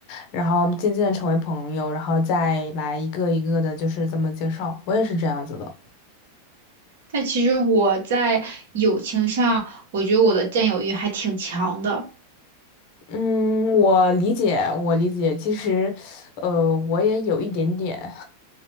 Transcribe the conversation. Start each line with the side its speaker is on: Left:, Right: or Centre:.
Left: 然后渐渐地成为朋友，然后再来一个一个的，就是这么介绍，我也是这样子的。
Right: 但其实我在友情上，我觉得我的占有欲还挺强的。
Left: 嗯，我理解，我理解，其实，呃，我也有一点点。<laughs>